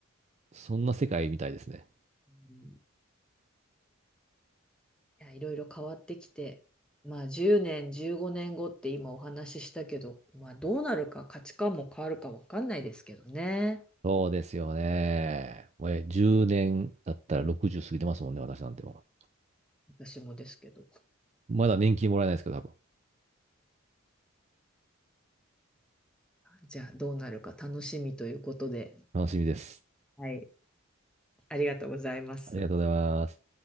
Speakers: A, on the right (about 30°); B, in the centre.
A: そんな世界みたいですね。
B: うん。いや、いろいろ変わってきて、まあ10年、15年後って今お話ししたけど、まあどうなるか価値観も変わるかわかんないですけどね。
A: そうですよね。もうえ10年だったら60過ぎてますもんね、私なんても
B: 私もですけど。
A: う。まだ年金もらえないですけど、多分。
B: じゃあどうなるか楽しみということで、
A: 楽しみです。
B: はい、ありがとうございます。
A: ありがとうございます。